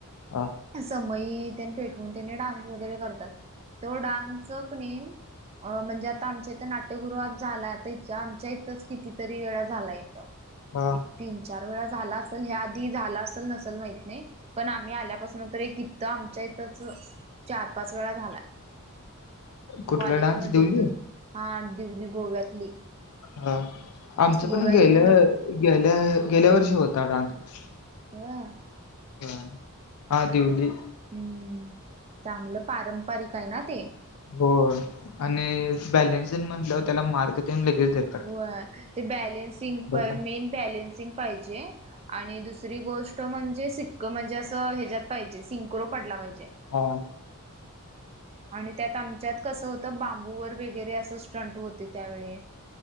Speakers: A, on the left; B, on the right.
A: हा
B: समई तेन पेटवून त्यांनी डान्स वगैरे करतात. तो डान्स कनी अन म्हणजे आता आमच्या इथं नाट्यगृहात झालाय. आता आमच्या इथंच कितीतरी वेळा झालाय इथं.
A: हा
B: तीन चार वेळा झाला असंल, ह्या आधी झाला असल नसल माहीत नाही. पण आम्ही आल्यापासून तरी कित तं आमच्या इथंच चार पाच वेळा झालाय.
A: कुठला
B: कॉलेज
A: डान्स
B: मध्ये
A: दिवली
B: एक दोन हा दीगंली गोव्यातली.
A: हा आमचं
B: गोव्यातले
A: पण गेल्या
B: लोक
A: गेल्या गेल्या वर्षी होता डान्स.
B: व्हय.
A: व्हय, हा दिवली.
B: हम्म, चांगलं पारंपरिक आहे ना ते.
A: होय. आणि बॅलेन्सिंन म्हटलं त्याला मार्क तेन लगेच देता.
B: व्हय, ते बॅलेन्सिंग
A: पण
B: मेन बॅलेन्सिंग पाहिजे. आणि दुस दुसरी गोष्ट म्हणजे, सिक्क म्हणजे असं ह्याच्यात पाहिजे. सिंक्रो पडला पाहिजे.
A: हां.
B: आणि त्यात आमच्यात कसं होतं, बांबूवर वगैरे असं स्टंट होतं. ते त्यावेळी